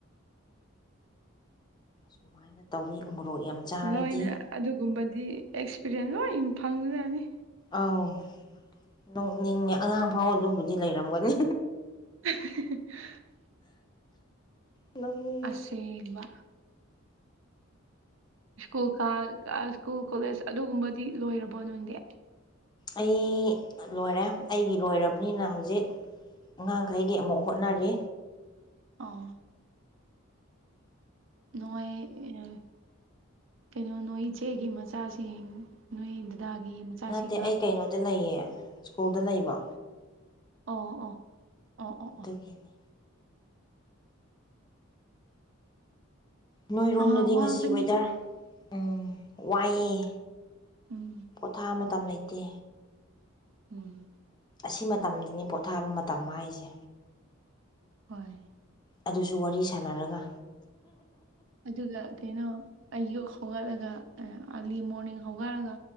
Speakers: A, on the left; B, on the right.
A: ꯁꯨꯃꯥꯏꯅ ꯇꯧꯋꯤ ꯃꯣꯔꯣꯛ ꯌꯥꯝ ꯆꯥꯔꯗꯤ
B: ꯂꯣꯏꯅ ꯑꯗꯨꯒꯨꯝꯕꯗꯤ ꯑꯦꯛꯁꯄꯤꯔꯤꯌꯦꯟꯁ ꯂꯣꯏ ꯐꯪ ꯖꯥꯠꯅꯤ
A: ꯑꯥꯎ ꯅꯣꯛꯅꯤꯡꯉꯦ ꯑꯉꯥꯡ ꯐꯥꯎ ꯑꯗꯨꯕꯨꯗꯤ ꯂꯩꯔꯝꯒꯅꯤ
B: <inaudible>
A: ꯅꯣꯛꯅꯤꯡꯉꯦ
B: ꯑꯁꯦꯡꯕ ꯁ꯭ꯀꯨꯜ ꯀꯥ ꯑꯥ ꯁ꯭ꯀꯨꯜ ꯀꯣꯂꯦꯖ ꯑꯗꯨꯒꯨꯝꯕꯗꯤ ꯂꯣꯏꯔꯕꯣ ꯅꯪꯗꯤ
A: ꯑꯩ ꯂꯣꯏꯔꯦ ꯑꯩꯒꯤ ꯂꯣꯏꯔꯕꯅꯤꯅ ꯍꯧꯖꯤꯛ ꯑꯉꯥꯡꯈꯩꯒꯤ ꯑꯃꯨꯛ ꯍꯣꯠꯅꯔꯤ
B: ꯑꯥ ꯅꯣꯏ ꯑꯦ ꯀꯩꯅꯣ ꯅꯣꯏ ꯏꯆꯦꯒꯤ ꯃꯆꯥꯁꯤꯡ ꯅꯣꯏ ꯗꯗꯥꯒꯤ ꯃꯆꯥꯁꯤꯡꯔꯥ
A: ꯅꯠꯇꯦ ꯑꯩ ꯀꯩꯅꯣꯗ ꯂꯩꯌꯦ ꯁ꯭ꯀꯨꯜꯗ ꯂꯩꯕ
B: ꯑꯣ ꯑꯣ ꯑꯣ ꯑꯣ
A: ꯑꯗꯨꯒꯤꯅꯦ
B: ꯑꯣ
A: ꯅꯣꯏꯔꯣꯝꯗꯗꯤ
B: ꯑꯥ ꯋꯥꯕꯅꯤ
A: ꯉꯁꯤ ꯋꯦꯗꯔ ꯎꯝ ꯋꯥꯏꯌꯦ
B: ꯎꯝ
A: ꯄꯣꯊꯥ ꯃꯇꯝ ꯂꯩꯇꯦ
B: ꯎꯝ꯫
A: ꯑꯁꯤ ꯃꯇꯝꯗꯅꯤ ꯄꯣꯊꯥꯕ ꯃꯇꯝ ꯍꯥꯏꯁꯦ
B: ꯍꯣꯏ
A: ꯑꯗꯨꯁꯨ ꯋꯥꯔꯤ ꯁꯥꯟꯅꯔꯒ
B: ꯑꯗꯨꯒ ꯀꯩꯅꯣ ꯑꯌꯨꯛ ꯍꯧꯒꯠꯂꯒ ꯑꯥꯔꯂꯤ ꯃꯣꯔꯅꯤꯡ ꯍꯧꯒꯠꯂꯒ